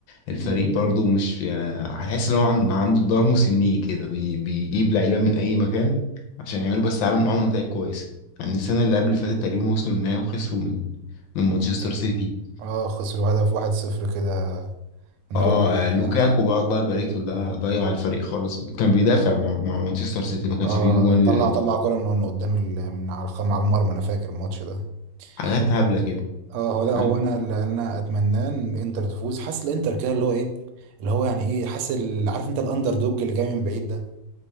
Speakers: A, on the left; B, on the right.
A: الفريق
B: مم.
A: برضو مش آه، هحس ان هو عن- عنده دار مسنين كده بي... بيجيب لعيبه من اي مكان عشان يعملوا بس عامل معاهم نتائج كويسه يعني السنه اللي قبل اللي فاتت تقريبا وصلوا النهائي وخسروا من من مانشستر سيتي
B: اه خسروا هدف واحد صفر كده من
A: اه
B: رودري
A: آه،
B: وبتاع
A: لوكاكو بقى الله يبارك له ده ضيع الفريق خالص كان بيدافع مع, مع مانشستر سيتي ما كانش
B: اه
A: بيجي جوان
B: طلع
A: للانتر
B: طلع كرة من من قدام ال... من على الخ... على المرمى انا فاكر الماتش ده
A: حاجات
B: لا.
A: هبله كده
B: اه هو لا
A: فاهم
B: هو انا اللي انا اتمناه ان انتر تفوز حاسس الانتر كده اللي هو ايه اللي هو يعني ايه حاسس ال- عارف انت الاندر دوج اللي جاي من بعيد ده